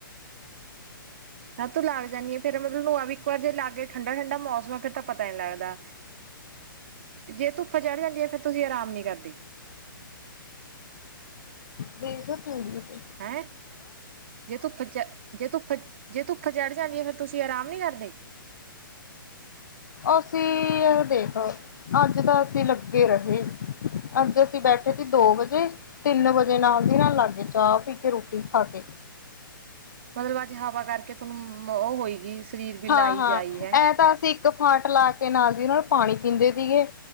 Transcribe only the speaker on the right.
ਮ ਤੂੰ ਲੱਗ ਜਾਂਨੀਆ, ਫ਼ੇਰ ਮਤਲਬ ਨੂੰ ਵੀ ਇੱਕ ਵਾਰ ਜੇ ਲੱਗਗੇ ਠੰਡਾ-ਠੰਡਾ ਮੌਸਮ ਆ, ਫਿਰ ਤਾਂ ਪਤਾ ਨੀ ਲੱਗਦਾ। ਜੇ ਧੁੱਪਾ ਚੜ ਜਾਂਦੀ ਆ, ਫੇਰ ਤੁਸੀਂ ਆਰਾਮ ਨੀ ਕਰਦੀ।
ਹੈਂ? ਜੇ ਧੁੱਪ, ਚ, ਜੇ ਧੁੱਪ, ਜੇ ਧੁੱਪ ਚੜ੍ਹ ਜਾਂਦੀ ਆ, ਫਿਰ ਤੁਸੀਂ ਆਰਾਮ ਨੀ ਕਰਦੇ?
ਅੱਛਾ।
ਮਤਲਬ ਅੱਜ ਹਵਾ ਕਰਕੇ, ਤੁਹਾਨੂੰ ਉਹ ਹੋਏਗੀ ਸਰੀਰ ਵੀ
ਲਾਈ ਜਾਈ ਹੈ